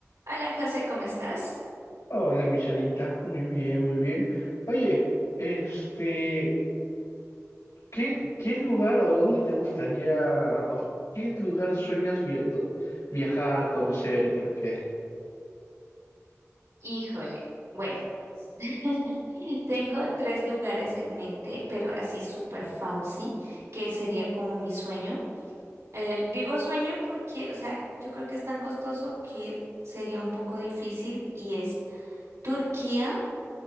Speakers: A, on the right (about 80°); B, on the left (about 85°).
A: Hola José, ¿cómo estás?
B: Hola, mi Sarita. Muy bien, muy bien. Oye, este, ¿qué, qué lugar o dónde te gustaría, o qué lugar sueñas via- do- viajar, conocer y por qué?
A: Híjole, bueno, <laughs> tengo tres lugares en mente, pero así súper fancy, que sería como mi sueño. El- digo sueño porque, o sea, yo creo que es tan costoso que sería un poco difícil y es Turquía,